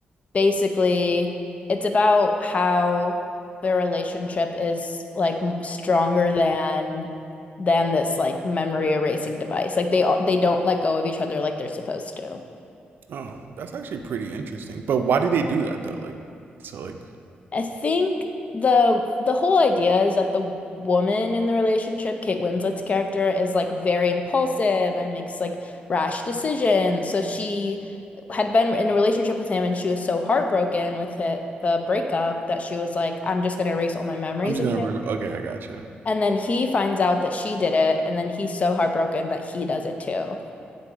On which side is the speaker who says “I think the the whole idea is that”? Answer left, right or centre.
Left